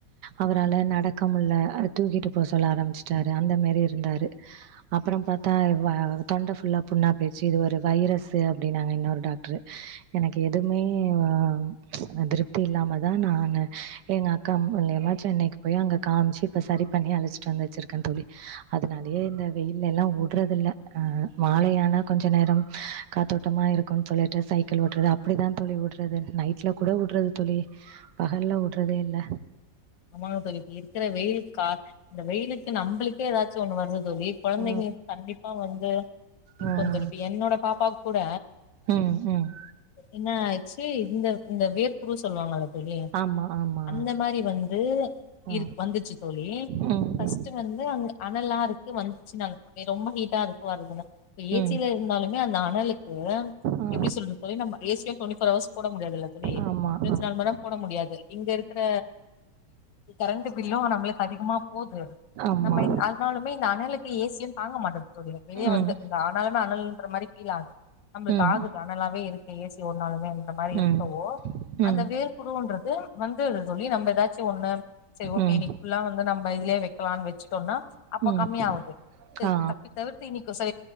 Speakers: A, on the right; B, on the left.
A: அவரால நடக்கமுல்ல அவர தூக்கிட்டு போ சொல்ல ஆரம்பிச்சுட்டாரு அந்த மாரி இருந்தாரு அப்பறோ பாத்தா வா தொண்ட ஃபுல்லா புண்ணா போய்ச்சு இது ஒரு வைரஸு அப்டினாங்க இன்னொரு டாக்டரு எனக்கு எதுமே ஆம் எ திருப்தி இல்லாம தா நானு எங்க அக்கா மூலியமா சென்னைக்கு போய் அங்க காம்ச்சு இப்ப சரி பண்ணி அழச்சிட்டு வந்து வச்சிருக்க தோழி அதுனாலயே இந்த வெயில்லல்லா உடுறதில்ல அ மாலையானா கொஞ்ச நேரம் காத்தோட்டமா இருக்கும் சொல்லிட்டு சைக்கிள் ஓட்டுறது அப்டிதா தோழி உடு றது நைட்ல கூட உட்றது தோழி பகல்ல உட்றதே இல்ல
B: ஆமாங்க தோழி இப்ப இருக்குற வெயிலுக்கா இந்த வெயிலுக்கு நம்ளுக்கே ஏதாச்சு ஒண்ணு வருது தோழி கொழந்தைங்களுக்கு
A: ம்
B: கண்டிப்பா வந்து இருப்போ
A: ம்
B: தோழி இப்போ என்னோட பாப்பாக் கூட
A: ம் ம்
B: என்ன ஆச்சு இந்த இந்த வேற்குரு சொல்வாங்கல்ல தோழி
A: ஆமா ஆமா
B: அந்த மாரி வந் து
A: ஆ
B: இரு வந்துச்சு தோழி்
A: ம்
B: ஃபஸ்டு வந்து அங்க அனல்லா இருக்கு வந்துச்சு நன தோழி ரொம்ப ஹீட்டா இருக்கு வருதுனா இப்ப ஏ
A: ம்
B: சி ல இருந்தாலுமே அந்த அனலுக்கு
A: ஆ
B: எப்டி சொல்ற தோழி நம்ம ஏ சி ய ட்வெண்ட்டி ஃபோர் அவர்ஸ் போட முடியதுல்ல தோழி
A: ஆமா ஆமா
B: இருவத் நாலு மண் நேர போட முடியாது இங்க இருக்கிற கரண்ட் பில்லு நம்மளுக்கு அதிகமா போது
A: ஆமா
B: நம்ம இ அதனாலுமே இந்த அனலுக்கு ஏ சி யு தாங்க மாட்டது தோழி வெளிய
A: ம்
B: வந்து இந்த அனல் அனலுன்ற மாரி ஃபீல் ஆது நம்மளுக்கு
A: ம்
B: ஆகுது அனலாவே இருக் ஏ சி ஓடுனாலுமே இந்த மாரி
A: ம்
B: இருக்கவு
A: ம்
B: அந்த வேர்க்குருன்றது வந் துருது தோழி நம்ப ஒன்ன சேரி ஓகே
A: ம்
B: இன்னைக்கு ஃபுல்லா வந்து நம் பயதிலேயே வை க்கலானு வச்சுட்டோன்னா அப்ப
A: ம்
B: கம்மியாவுது செரி
A: ஆ
B: தப்பி தவிர்த்து இன்னைக்கு செ